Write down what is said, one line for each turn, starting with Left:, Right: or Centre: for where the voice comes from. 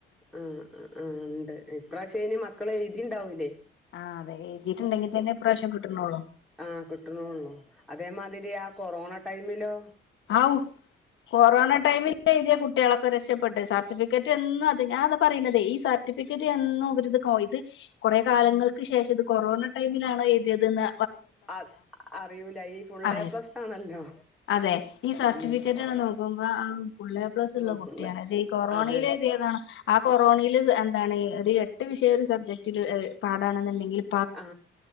Centre: ഉം ഉം ണ്ട് ഇപ്രാവശ്യ അയ്ന് മക്കളെ എയ്തിണ്ടാവൂല്ലേ.
Left: ആഹ് അതെ എയ്തിട്ട്ണ്ടെങ്കിതന്നെ പ്രാവശ്യം കിട്ടണോള്ളൂ.
Centre: ആഹ കിട്ട്ണോള്ളൂ അതേമാതിരി ആ കൊറോണ ടൈമിലോ
Left: ആവൂ കൊറോന ടൈമി ഇപ്പോൾ എഴുതിയ കുട്ടികളൊക്കെ രക്ഷപ്പെട്ട് സർട്ടിഫിക്കറ്റ് എന്നും അത് ഞാൻ അത് പറണുന്നത്ഈ സ സർട്ടിഫിക്കറ്റ് എന്നുംരി ഇത് ഇത് കൊറെ കാലങ്ങൾക്ക് ശേഷം ഇത് കൊറോണ ടൈമിലാണ് എഴുയതിയതിന്ന്
Centre: അ അറില ഈ ഫുൾ
Left: അറിയാം
Centre: എ പ്ലസ് ആണല്ലോ
Left: അതെ ഈ സർട്ടിഫിക്കറ്റ്ണ
Centre: ഉം
Left: നോ ആക്കുമ്പ പുള്ളെ പ്ലസ്ള്ള
Centre: ഓഹ്
Left: കുട്ടിയാണ്
Centre: ഫുള്ള്
Left: ഇത് ഈ കൊറോണയില
Centre: അതെ
Left: എഴുതിയ താണ് ആ കൊറോണയിൽ എന്താണ് ഒരു എട്ട് വിഷയം ഒരു സബ്ജക്റ്റില് പാടാണെന്നുണ്ടെങ്കില്
Centre: ആ